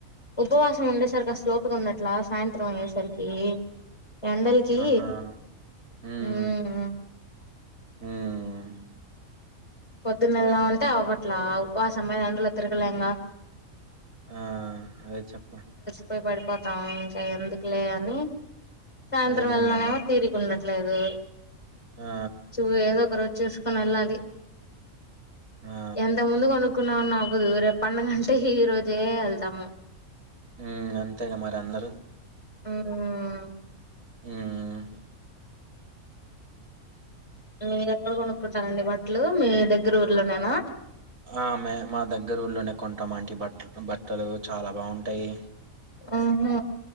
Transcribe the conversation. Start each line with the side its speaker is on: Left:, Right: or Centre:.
Left: ఉపవాసం ఉండేసరికి ఆ స్లోపుగా ఉండట్లా సాయంత్రం అయ్యేసరికి ఎండలకి
Right: ఆహా మ్మ్
Left: హ
Right: మ్మ్
Left: పొద్దున్నెలలా ఉంటే అవ్వట్లా ఆ ఉపశంలో ఎండలో తిరగలేంగా
Right: ఆ అదే చెప్ప
Left: ఉపయోగపడిపోతాం ఇంకా ఎందుకులే అని సాయంత్రం
Right: అదేలేండండి
Left: వెళ్ళనేమో తీరిక ఉండదు అట్లేదు
Right: ఆ
Left: చూ ఎదో ఒక రోజు చూసుకొని వెళ్ళాలి
Right: ఆ
Left: ఎంత ముందుగా కొను కున్నా నవవుదు రేపు పడుగంటే ఈ రోజే వెళ్తాము
Right: ఉ అంతేగా మరి అందరు
Left: ఉమ్
Right: ఉమ్
Left: మీరు ఎక్కడ కొనుక్కుంటారండి బట్టలు మీ దగ్గర ఊర్లోనేనా
Right: ఆ మె మా దగ్గర ఊర్లోనే కొంటామండీ బట్ట బట్టలు చాలా బాగుంటాయి
Left: ఉమ్